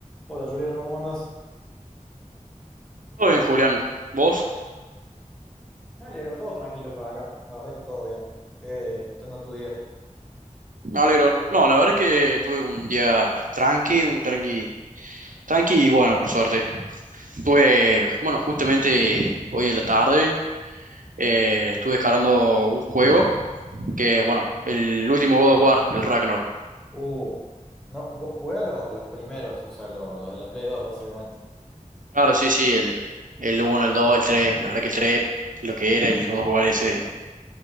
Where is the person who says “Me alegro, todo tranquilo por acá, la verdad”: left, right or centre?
Centre